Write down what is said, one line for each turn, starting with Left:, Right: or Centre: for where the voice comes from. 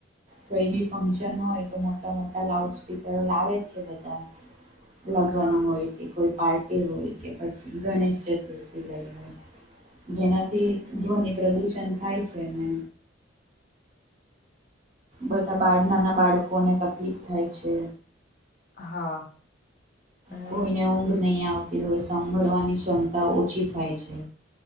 Right: કોઈ બી ફંક્શન હોય તો મોટા મોટા લાઉડ સ્પીકરો લાવે જ છે બધા. લગન
Left: હા
Right: હોય. કે કોઈ પાર્ટી હોય કે પછી ગણેશ ચતુર્થી લઈ હોય જેનાથી ધ્વનિ પ્રદુષણ થાય છેને. બધા બાળ નાના બાળકોને તકલીફ થાય છે.
Left: હા. અને
Right: કોઈને ઊંઘ નઈ આવતી હોય સાંભળવાની ક્ષમતા ઓછી થાય છે.